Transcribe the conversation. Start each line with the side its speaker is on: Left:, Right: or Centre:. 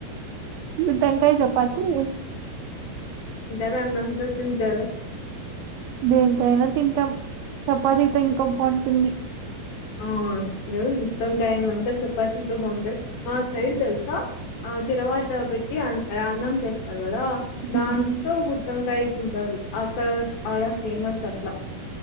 Right: గుత్తోంకాయ చపాతి.
Left: ఇది అన్నం తో తింటారు
Right: దేనితోన తింటాం చపాతితో ఇంకా బాగుంటుంది.
Left: ఆహ్ గుత్తంకాయ ఏమంటారు చపాతీతో బాగుంటాది మా సైడ్ తెలుసా ఆహ్ తర్వాత పెట్టి ఆహ్ అన్నం చేస్తారు కదా దాంతో
Right: ఉమ్,
Left: గుత్తంకాయ తింటారు అక్కడ అడ ఫేమస్ అట్లా.